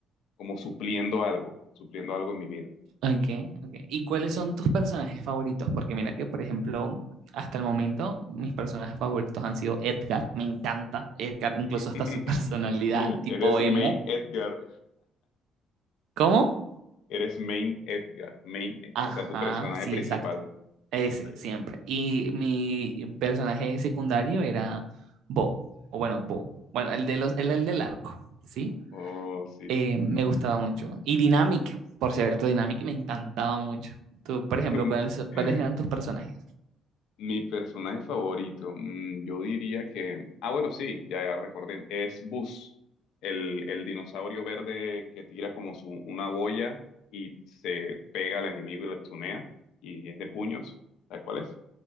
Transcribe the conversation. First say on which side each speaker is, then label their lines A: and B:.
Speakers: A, on the left; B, on the right.
A: como supliendo algo, supliendo algo en mi vida.
B: Okay, okay. ¿Y cuáles son tus personajes favoritos? Porque mira que, por ejemplo, hasta el momento mis personajes favoritos han sido Edgar, me encanta Edgar, incluso hasta
A: <laughs>
B: su <laughs> personalidad tipo
A: Eres
B: emo.
A: Main Edgar,
B: ¿Cómo?
A: eres Main Edgar, Main,
B: Ajá,
A: o sea, tu personaje
B: sí,
A: principal.
B: exacto. Ese,
A: Sí.
B: siempre. Y mi personaje secundario era Bo, o bueno, Bo. Bueno, el de los, el, el del arco, ¿sí?
A: Oh, sí,
B: Eh,
A: sí.
B: me gustaba mucho. Y Dynamic, por cierto, Dynamic me encantaba mucho. Tú, por ejemplo,
A: <laughs>
B: ¿cuáles, cuáles eran tus personajes?
A: Mi personaje favorito, mm, yo diría que... Ah, bueno, sí, ya, ya recordé. Es Buzz, el, el dinosaurio verde que tira como su, una boya y se pega al enemigo y lo estunea. Y es de puños. ¿Sabes cuál es?